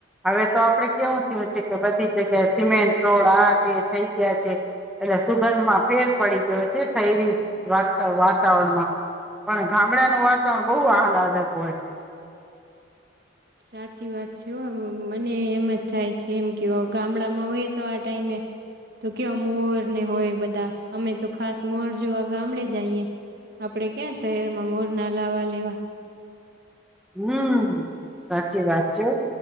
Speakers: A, in the centre; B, on the right (about 50°).
A: હવે તો આપડે કેવું થીયું છે કે બધી જગ્યાએ સિમેન્ટ રોડ આ તે થઇ ગયા છે. એટલે સુગંધ માં ફેર પડી ગયો છે. શહેરી વાત વાતાવરણમાં પણ ગામડાનું વાતાવરણ બહું આહલાદક હોય.
B: સાચી વાત છે હો મને એમ જ થાય છે એમ કેવો ગામડામાં હોય તો આ ટાઈમે તો કેવા મોર ને હોય બધા અમે તો ખાસ મોર જોવા ગામડે જાઈએ. આપડે ક્યાં શહેરમાં મોર ના લાવા લેવા.
A: હમ્મ, સાચી વાત છું.